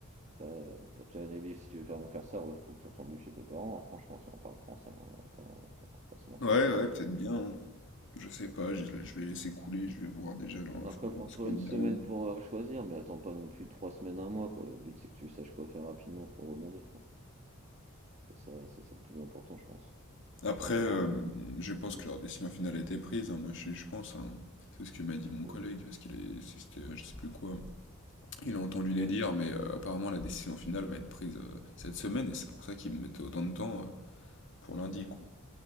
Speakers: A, on the right (about 35°); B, on the left (about 60°).
A: après, euh, pour te donner vivre, si tu veux vraiment faire ça, il faut que tu retournes vivre chez tes parents, hein, franchement, si on parle français, hein, on va pas, on va pas, on va pas se mentir,
B: Ouais,
A: hein, parce
B: ouais,
A: que
B: peut-être bien. hein. Je sais pas, je, je vais laisser couler, je vais voir déjà leur
A: Après,
B: offre de
A: prends-toi
B: discours
A: une semaine
B: lundi.
A: pour euh, choisir, mais attends pas non plus trois semaines, un mois, quoi. Le but, c'est que tu saches quoi faire rapidement pour rebondir, quoi. C'est ça, c'est ça le plus important, je pense. Parce
B: Après,
A: que, euh,
B: euh, je
A: Effectivement.
B: pense que leur décision finale a été prise, hein, moi je, je pense. hein. C'est ce que m'a dit mon
A: ouais.
B: collègue, parce qu'il est, c'était, euh, je sais plus quoi. Il a entendu les
A: Ouais,
B: dire, mais euh, apparemment la décision finale va être prise euh, cette semaine, et c'est pour ça qu'ils me mettent autant de temps euh, pour lundi,
A: hmm.
B: quoi.